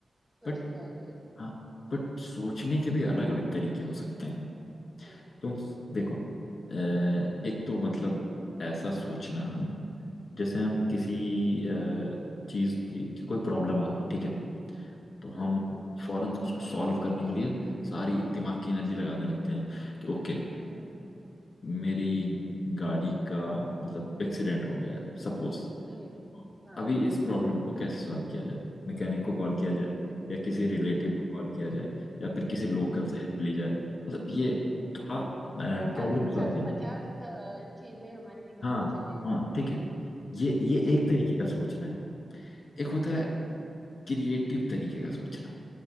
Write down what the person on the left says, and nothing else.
बट
हाँ बट सोचने के भी अलग अलग तरीके हो सकते हैं
तुम देखो अ, एक तो मतलब ऐसा सोचना हम जैसे हम किसी अ, चीज़ की, की कोई प्रॉब्लम आ गई ठीक है तो हम
फौरन से उसको सॉल्व करने के लिए सारी दिमाग की एनर्जी लगाने लगते हैं कि ओके
मेरी गाड़ी का मतलब एक्सीडेंट हो गया है सपोज
अभी इस प्रॉब्लम को कैसे सॉल्व किया जाए मैकेनिक को कॉल किया
जाए या किसी रिलेटिव
को कॉल किया जाए या फिर किसी लोकल
से हेल्प ली जाए मतलब ये
थोड़ा प्रॉब्लम
सॉल्विंग
हाँ
हाँ ठीक
है ये ये
एक तरीके का सोचना है एक होता
है क्रिएटिव तरीके का सोचना